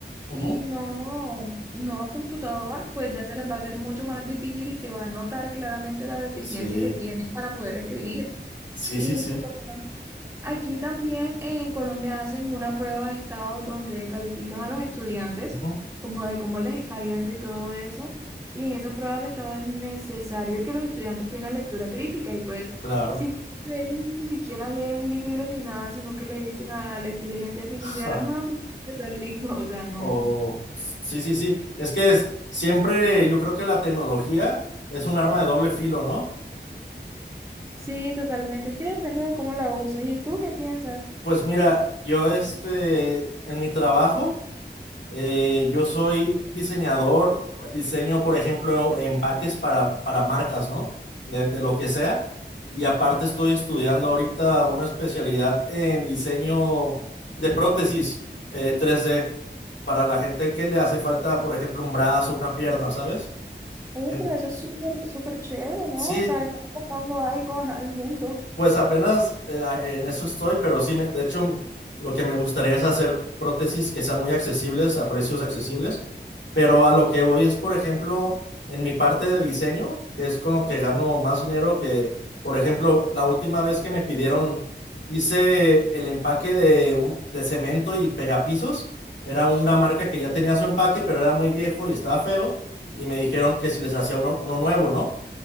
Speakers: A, on the left; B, on the right.
A: Ujú.
B: y no, no a computador, pues ya se les va a hacer mucho más difícil y se va a notar claramente la deficiencia
A: Sí,
B: que tienen para poder escribir.
A: sí,
B: Y
A: sí, sí.
B: por lo menos Aquí también en Colombia hacen una prueba de estado donde califican a los estudiantes
A: Ujú,
B: como de cómo les está yendo y todo eso. Y en esas pruebas de estado es necesario que los estudiantes tengan lectura crítica y pues
A: Claro.
B: si de ellos ni siquiera leen libros ni nada, sino que le dicen a la inteligencia artificial,
A: <laughs>
B: hermano, de tal libro, o sea, no.
A: Oh, sí, sí, sí. Es que es, siempre yo creo que la tecnología es un arma de doble filo, ¿no?
B: Sí, totalmente. Es que depende de cómo la uses. ¿Y tú qué piensas?
A: Pues mira, yo este, en mi trabajo, eh, yo soy diseñador, diseño, por ejemplo, empaques para, para marcas, ¿no? De, de lo que sea. Y aparte estoy estudiando ahorita una especialidad en diseño de prótesis, eh, 3D, para la gente que le hace falta, por ejemplo, un brazo, una pierna, ¿sabes?
B: Oye,
A: En-
B: pero eso es súper, súper chévere, ¿no?
A: Sí,
B: O sea, le están aportando algo <laughs> al mundo.
A: Pues apenas eh, a- en eso estoy, pero sí, me- de hecho, lo que me gustaría es hacer prótesis que sean muy accesibles, a precios accesibles, pero a lo que voy es, por ejemplo, en mi parte de diseño, que es con lo que gano más dinero, que, por ejemplo, la última vez que me pidieron, hice el empaque de, un, de cemento y pegapisos, era una marca que ya tenía su empaque, pero era muy viejo y estaba feo, y me dijeron que si les hacía uno, uno nuevo, ¿no?